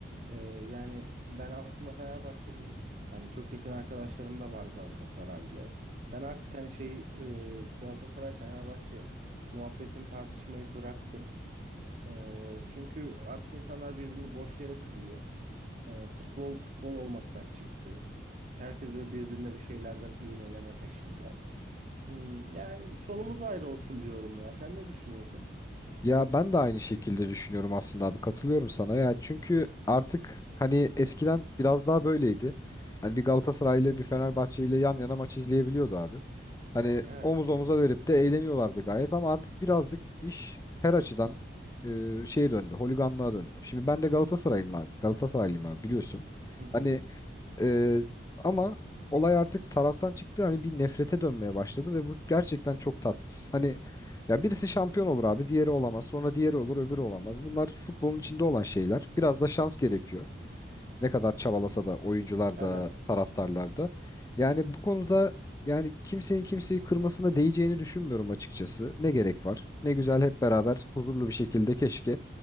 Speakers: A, on the right; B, on the left.
A: Ee, yani ben aslında Fenerbahçeliyim. Hani çok yakın arkadaşlarım da var Galatasaraylı. Ben artık hani şey e, Galatasaray Fenerbahçe muhabbetin tartışmayı bıraktım. Ee, çünkü artık insanlar birbirini boş yere kırıyor. Ee, futbol futbol olmaktan çıktı. Herkes böyle birbirine bir şeylerden iğneleme peşinde. Hmm, yani sonumuz ayrı olsun diyorum ya. Sen ne düşünüyorsun?
B: Ya ben de aynı şekilde düşünüyorum aslında abi katılıyorum sana ya çünkü artık hani eskiden biraz daha böyleydi. Hani bir Galatasaray ile bir Fenerbahçe ile yan yana maç izleyebiliyordu abi. Hani
A: Evet.
B: omuz omuza verip de eğleniyorlardı gayet ama artık birazcık iş her açıdan e, şeye döndü, holiganlığa döndü. Şimdi ben de Galatasaraylıyım abi, Galatasaraylıyım abi biliyorsun.
A: Hı hı.
B: Hani ee, ama olay artık taraftan çıktı hani bir nefrete dönmeye başladı ve bu gerçekten çok tatsız. Hani ya birisi şampiyon olur abi, diğeri olamaz. Sonra diğeri olur, öbürü olamaz. Bunlar futbolun içinde olan şeyler. Biraz da şans gerekiyor. Ne kadar çabalasa da oyuncular
A: Evet.
B: da taraftarlar da. Yani bu konuda yani kimsenin kimseyi kırmasına değeceğini düşünmüyorum açıkçası. Ne gerek var? Ne güzel hep beraber huzurlu bir şekilde keşke